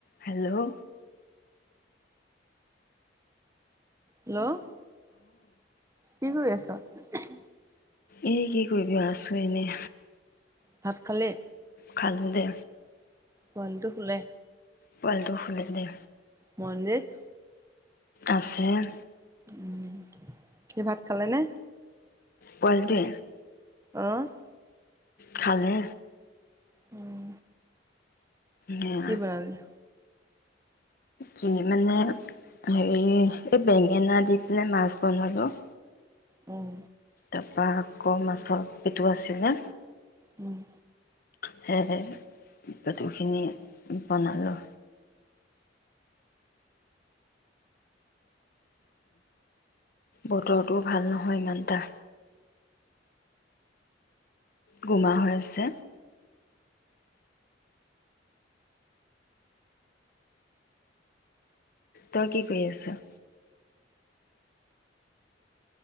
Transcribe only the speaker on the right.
hello, কি কৰি আছ?
ভাত খালি?
পোৱালিটো খুলে?
মঞ্জিছ
উম', সি ভাত খালে নে?
অহ',
উম',
কি বনালি?
উম',
উম',